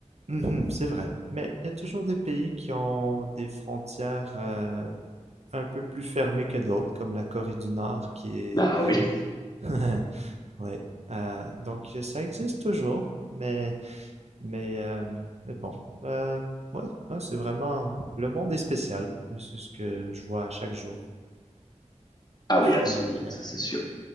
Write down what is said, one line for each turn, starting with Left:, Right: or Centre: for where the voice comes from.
Right: Mhm, c'est vrai. Mais il y a toujours des pays qui ont des frontières euh, un peu plus fermées que d'autres, comme la Corée du Nord qui est...
Left: Ah oui,
Right: <laughs> ouais. Euh, donc ça existe toujours, mais mais euh, mais bon. Euh, ouais, hein, c'est vraiment le monde est spécial. C'est ce que je vois à chaque jour.
Left: ah
Right: Puis
Left: oui, absolument.
Right: euh,
Left: Ça c'est sûr.